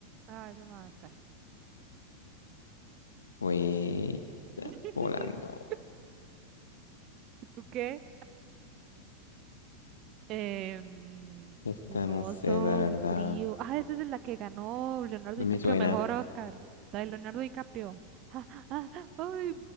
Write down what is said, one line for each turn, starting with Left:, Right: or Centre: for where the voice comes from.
Right: Ah, esa es máscara.
Left: Fue ah,
Right: <laughs>
Left: volando.
Right: ¿Tú qué? Em,
Left: Esta
Right: un
Left: no
Right: oso
Left: sé, la verdad.
Right: frío. Ah, esa es la que ganó Leonardo
Left: No
Right: DiCaprio,
Left: me suena.
Right: mejor Oscar. La de Leonardo DiCaprio. Ah, ah, ah, ay,